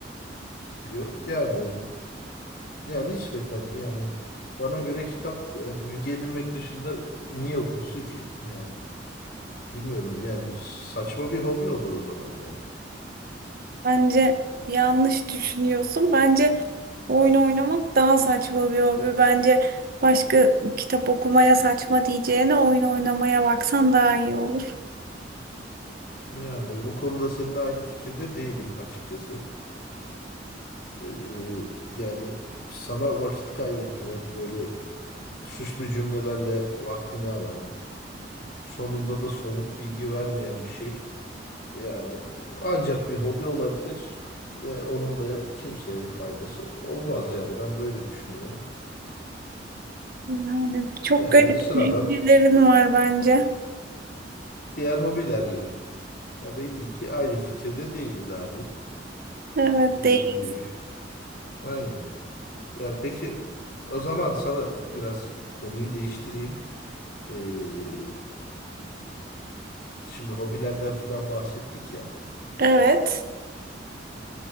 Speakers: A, on the left; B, on the right.
A: Yo- Yani yani nispeten yani bana göre kitap ya, bilgi edinmek dışında niye okunsun ki yani bilmiyorum yani saçma bir hobi olur o zaman yani.
B: Bence yanlış düşünüyorsun. Bence oyun oynamak daha saçma bir hobi. Bence başka kitap okumaya saçma diyeceğine oyun oynamaya baksan daha iyi olur.
A: Yani bu konuda seninle aynı fikirde değilim açıkçası. Ee, yani sana vakit kaybettiren böyle süslü cümlelerle vaktini alan sonunda da somut bilgi vermeyen bir şey Yani ancak bir hobi olabilir ve onun da kimseye bir faydası olmaz yani ben böyle düşünüyorum.
B: Yani çok
A: Yani
B: garip
A: sıradan
B: fikirlerin var bence.
A: diğer hobiler gibi. Ya belli ki aynı fikirde değiliz abi.
B: Evet
A: Ee,
B: değil.
A: aynen. Ya peki o zaman sana biraz konuyu değiştireyim. Ee, şimdi hobilerden filan bahsettik ya.
B: Evet.